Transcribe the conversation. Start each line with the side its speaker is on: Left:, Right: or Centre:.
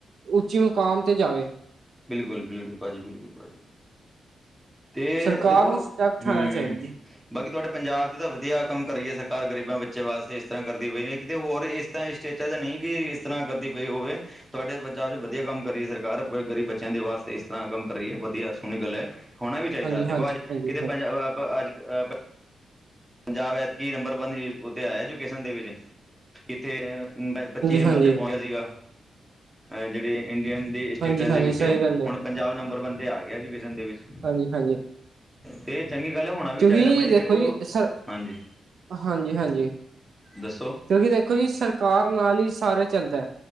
Right: ਉੱਚੀ ਮੁਕਾਮ ਤੇ ਜਾਵੇਂ
Centre: ਬਿਲਕੁਲ, ਬਿਲਕੁਲ, ਭਾਜੀ, ਬਿਲਕੁਲ। ਤੇ
Right: ਸਰਕਾਰ
Centre: ਦੇਖੋ,
Right: ਨੂੰ ਸਟੈਪ ਉਠਾਉਣਾ
Centre: ਹਮ।
Right: ਚਾਹੀਦਾ ਜੀ
Centre: ਬਾਕੀ ਤੁਹਾਡੇ ਪੰਜਾਬ 'ਚ ਤਾਂ ਵਧੀਆ ਕੰਮ ਕਰੀ ਹੈ। ਸਰਕਾਰ ਗਰੀਬਾਂ ਬੱਚੇ ਵਾਸਤੇ ਇਸ ਤਰ੍ਹਾਂ ਕਰਦੀ ਹੋਈ ਨੇ ਕਿਤੇ ਹੋਰ ਇਸ ਤਾਂ ਇਸਟੇਚਾਂ ਤੇ ਨਹੀਂ। ਕਿ ਇਸ ਤਰ੍ਹਾਂ ਕਰਦੀ ਪਈ ਹੋਵੇ, ਤੁਹਾਡੇ ਪੰਜਾਬ ਚ ਵਧੀਆ ਕੰਮ ਕਰੀਏ ਸਰਕਾਰ ਪਰ ਗਰੀਬ ਬੱਚੇ ਬੱਚਿਆਂ ਦੇ ਵਾਸਤੇ ਇਸ ਤਰ੍ਹਾਂ ਕੰਮ ਕਰ ਰਹੀ ਹੈ, ਵਧੀਆ ਸੋਹਣੀ ਗੱਲ ਹੈ। ਹੋਣਾ ਵੀ ਚਾਹੀਦਾ,
Right: ਹਾਂਜੀ
Centre: ਦੇਖੋ
Right: ਹਾਂਜੀ
Centre: ਅੱਜ
Right: ਹਾਂਜੀ
Centre: ਕਿਤੇ
Right: ਹਾਂਜੀ
Centre: ਪੰਜ ਅੱਜ ਅ ਪੰਜਾਬ ਐਤਕੀ ਨੰਬਰ ਵਨ ਉੱਥ ਆਇਆ, ਐਜੂਕੇਸ਼ਨ ਦੇ ਵਿੱਚ ਜੱਥੇ ਪੱਚੀ ਨੰਬਰ
Right: ਹਾਂਜੀ
Centre: 'ਤੇ ਪਹੁੰਚਿਆ ਸੀਗਾ, ਜਿਹੜੇ ਇੰਡੀਅਨ ਦੀ ਸਟੇਟਾਂ
Right: ਹਾਂਜੀ ਹਾਂਜੀ
Centre: ਦੇ ਵਿੱਚ,
Right: ਸਹੀ ਗੱਲ ਹੈ
Centre: ਹੁਣ ਪੰਜਾਬ ਨੰਬਰ ਵਨ ਤੇ ਆ ਗਿਆ। ਐਜੂਕੇਸ਼ਨ ਦੇ ਵਿੱਚ
Right: ਹਾਂਜੀ-ਹਾਂਜੀ
Centre: ਤੇ ਚੰਗੀ ਗੱਲ ਹੋਣਾ ਵੀ
Right: ਕਿਉਂਕਿ
Centre: ਚਾਹੀਦਾ ਭਾਜੀ ਦੇਖੋ,
Right: ਜੀ ਸਰ
Centre: ਹਾਂਜੀ
Right: ਹਾਂਜੀ-ਹਾਂਜੀ
Centre: ਦੱਸੋ?
Right: ਕਿਉਂਕਿ ਦੇਖੋ ਜੀ ਸਰਕਾਰ ਨਾਲ ਹੀ ਸਾਰਾ ਚੱਲਦਾ,